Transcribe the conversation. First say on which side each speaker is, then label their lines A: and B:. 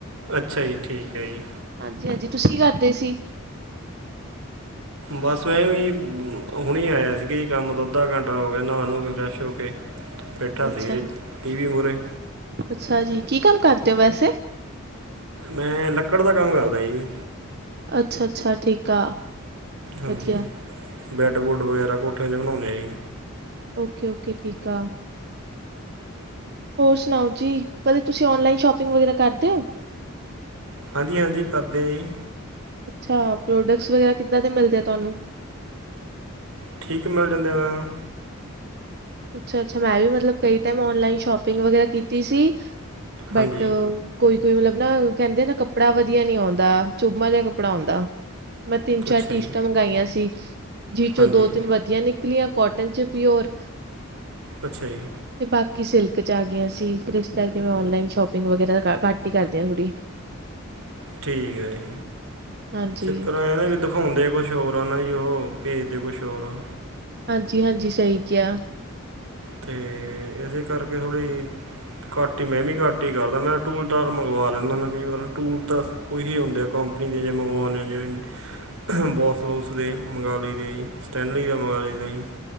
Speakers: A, on the right (about 80°); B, on the right (about 50°).
A: ਅੱਛਾ ਜੀ, ਠੀਕ ਹੈ ਜੀ
B: ਹਾਂਜੀ-ਹਾਂਜੀ ਤੁਸੀਂ ਕੀ ਕਰਦੇ ਸੀ
A: ਬਸ ਮੈਂ ਵੀ ਹੁਣੇ ਆਇਆ ਸੀਗਾ ਜੀ ਕੰਮ ਤੋਂ ਅੱਧਾ ਘੰਟਾ ਹੋ ਗਿਆ ਨਹਾ ਨੂੰ ਕੇ ਫਰੈਸ਼ ਹੋ ਕੇ ਬੈਠਾ
B: ਅੱਛਾ
A: ਸੀਗਾ ਟੀ ਵੀ ਮੂਹਰੇ
B: ਅੱਛਾ ਜੀ ਕੀ ਕੰਮ ਕਰਦੇ ਓ ਵੈਸੇ
A: ਮੈਂ ਲੱਕੜ ਦਾ ਕੰਮ ਕਰਦਾ ਜੀ
B: ਅੱਛਾ-ਅੱਛਾ ਠੀਕ ਆ
A: ਹਾਂਜੀ
B: ਵਧੀਆ
A: ਬੈੱਡ ਬੁਡ ਵਗੈਰਾ ਕੋਠੀਆਂ ਚ ਬਣਾਉਂਦੇ ਆ ਜੀ
B: ਓਕੇ-ਓਕੇ ਠੀਕ ਆ ਹੋਰ ਸੁਣਾਓ ਜੀ ਕਦੇ ਤੁਸੀਂ ਓਨਲਾਈਨ ਸ਼ੋਪਿੰਗ ਵਗੈਰਾ ਕਰਦੇ ਓ
A: ਹਾਂਜੀ-ਹਾਂਜੀ ਕਰਦੇ ਆਂ ਜੀ
B: ਅੱਛਾ ਪ੍ਰੋਡਕਟਸ ਵਗੈਰਾ ਕਿੱਦਾਂ ਦੇ ਮਿਲਦੇ ਆ ਤੁਹਾਨੂੰ
A: ਠੀਕ ਮਿਲ ਜਾਂਦੇ ਏ ਮੈਮ
B: ਅੱਛਾ-ਅੱਛਾ ਮੈਂ ਵੀ ਮਤਲਬ ਕਈ ਟਾਈਮ ਓਨਲਾਈਨ ਸ਼ੋਪਿੰਗ ਵਗੈਰਾ ਕੀਤੀ ਸੀ ਬਟ
A: ਹਾਂਜੀ
B: ਕੋਈ-ਕੋਈ ਮਤਲਬ ਨਾ ਕਹਿੰਦੇ ਨਾ ਕੱਪੜਾ ਵਧੀਆ ਨੀ ਆਉਂਦਾ ਚੁੱਬਵਾ ਜਿਹਾ ਕੱਪੜਾ ਆਉਂਦਾ ਮੈਂ ਤਿੰਨ-ਚਾਰ
A: ਅੱਛਾ
B: ਟੀਸ਼ਟਾਂ
A: ਜੀ
B: ਮੰਗਵਾਈਆਂ ਸੀ, ਜਿਹ ਚੋਂ
A: ਹਾਂਜੀ
B: ਦੋ-ਤਿੰਨ ਵਧੀਆ ਨਿਕ ਨਿਕਲੀਆਂ ਕਾਟਨ ਚ ਪਿਓਰ
A: ਅੱਛਾ ਜੀ-
B: ਤੇ ਬਾਕੀ ਸਿਲਕ ਚ ਆ ਗਈਆਂ ਸੀ ਫਿਰ ਇਸ ਕਰਕੇ ਮੈਂ ਓਨਲਾਈਨ ਸ਼ੋਪਿੰਗ ਵਗੈਰਾ ਘੱਟ ਹੀ ਕਰਦੀ ਹਾਂ ਥੋੜ੍ਹੀ
A: ਠੀਕ ਹੈ ਜੀ,
B: ਹਾਂਜੀ,
A: ਚੱਕਰ ਆ ਨਾ ਵੀ ਹੁੰਦੇ ਕੁਛ ਹੋਰ ਆ ਨਾ ਜੀ ਉਹ ਭੇਜਦੇ ਕੁਛ ਹੋਰ ਆ
B: ਹਾਂਜੀ-ਹਾਂਜੀ ਸਹੀ ਕਿਹਾ
A: ਅਤੇ ਇਸਦੇ ਕਰਕੇ ਥੋੜ੍ਹੀ ਘਟ ਹੀ, ਮੈਂ ਵੀ ਘਟ ਹੀ ਕਰਦਾ ਮੈਂ ਟੂਲ-ਟਾਲ ਮੰਗਵਾ ਲੈਂਦਾ ਵਾ ਕਈ ਵਾਰ ਟੂਲ ਤਾਂ ਕੁਸ਼ ਨੀ ਹੁੰਦੇ ਕੰਪਨੀ ਦੇ ਜੇ ਮੰਗਵਾਨੇ ਨੇ ਜੇ ਬੋਸ-ਬੋਊਸ ਦੇ ਮੰਗਵਾ ਲਈਦੇ ਜੀ ਸਟੈਨਲੀ ਦਾ ਮੰਗਵਾ ਲਈਦਾ ਜੀ